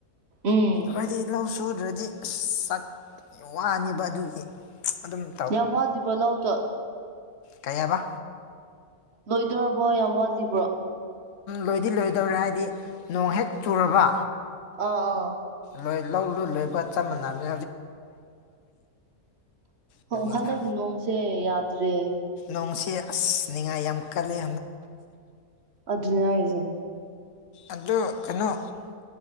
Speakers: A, on the right; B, on the left.
A: ꯎꯝ
B: ꯍꯥꯏꯗꯤ ꯂꯧ ꯁꯨꯗ꯭ꯔꯗꯤ ꯑꯁ ꯆꯥꯛ ꯋꯥꯅꯤꯕ ꯑꯗꯨꯒꯤ ꯑꯗꯨꯝ
A: ꯌꯥꯝ ꯋꯥꯂꯤꯕ꯭ꯔꯣ ꯂꯥꯎꯗ
B: ꯀꯌꯥꯕ
A: ꯂꯣꯏꯗꯣꯔꯕꯣ ꯌꯥꯝ ꯋꯥꯠꯂꯤꯕ꯭ꯔꯣ
B: ꯂꯣꯏꯗꯤ ꯂꯣꯏꯗꯧꯔꯦ ꯍꯥꯏꯗꯤ ꯅꯣꯡ ꯍꯦꯛ ꯆꯨꯔꯕ
A: ꯑꯥ ꯑꯥ
B: ꯂꯣꯏ ꯂꯧ ꯂꯣꯏ ꯂꯣꯏꯕ ꯆꯞ ꯃꯥꯟꯅꯕꯅꯦ ꯑꯗꯨꯒꯤꯅꯤꯗ
A: ꯎꯝ ꯍꯟꯗꯛꯀꯤ ꯅꯣꯡꯁꯦ ꯌꯥꯗ꯭ꯔꯦ
B: ꯅꯣꯡꯁꯤ ꯑꯁ ꯅꯤꯡꯉꯥꯏ ꯌꯥꯝ ꯀꯜꯂꯤ
A: ꯑꯗꯨꯅꯦ ꯍꯥꯏꯁꯦ
B: ꯑꯗꯣ ꯀꯩꯅꯣ